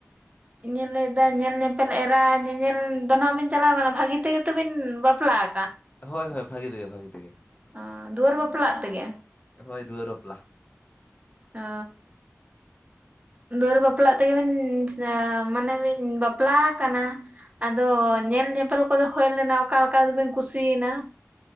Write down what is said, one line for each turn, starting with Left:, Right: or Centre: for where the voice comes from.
Right: ᱤᱧ ᱞᱟᱹᱭᱫᱟ ᱧᱮᱞ ᱧᱮᱯᱮᱞ ᱮᱨᱟ ᱧᱮᱧᱮᱞ ᱫᱚ ᱦᱟᱸᱜ ᱵᱤᱱ ᱪᱟᱞᱟᱣ ᱠᱟᱱᱟ ᱵᱷᱟᱹᱜᱤ ᱛᱮᱜᱮ ᱛᱚ ᱵᱤᱱ ᱵᱟᱯᱞᱟ ᱟᱠᱟᱱ
Left: ᱦᱳᱭ ᱦᱳᱭ ᱵᱷᱟᱜᱤ ᱛᱮᱜᱮ ᱵᱷᱟᱜᱤ ᱛᱮᱜᱮ
Right: ᱚ ᱫᱩᱣᱟᱹᱨ ᱵᱟᱯᱞᱟᱜ ᱛᱮᱜᱮ
Left: ᱦᱚᱭ ᱫᱩᱣᱟᱹᱨ ᱵᱟᱯᱞᱟ
Right: ᱚ ᱫᱩᱣᱟᱹᱨ ᱵᱟᱯᱞᱟᱜ ᱛᱮᱜᱮ ᱵᱤᱱ ᱢᱟᱱᱮ ᱵᱤᱱ ᱵᱟᱯᱞᱟ ᱟᱠᱟᱱᱟ ᱟᱫᱚ ᱧᱮᱞ ᱧᱮᱯᱮᱞ ᱠᱚᱫᱚ ᱦᱩᱭ ᱞᱮᱱᱟ ᱚᱠᱟ ᱚᱠᱟ ᱨᱮᱵᱤᱱ ᱠᱩᱥᱤᱭᱮᱱᱟ